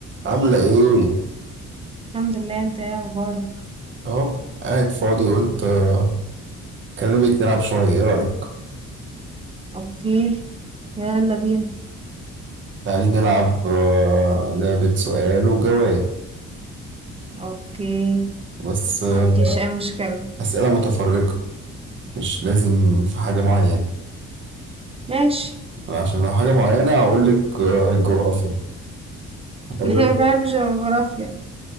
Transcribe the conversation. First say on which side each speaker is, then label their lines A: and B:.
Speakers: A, on the right; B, on the right.
A: عاملة إيه؟
B: الحمد لله انت ايه اخبارك
A: أهو قاعد فاضي قلت آه، أكلمك نلعب شوية إيه رأيك؟
B: اوكي يلا بينا
A: تعالي نلعب آه، لعبة سؤال وجواب
B: اوكي
A: بس آه،
B: ما عنديش اي مشكلة
A: أسئلة متفرقة مش لازم في حاجة معينة
B: ماشي
A: عشان لو حاجة معينة هقولك آه، الجغرافيا
B: <laughs>
A: هتوه
B: انا ما بحبش الجغرافيا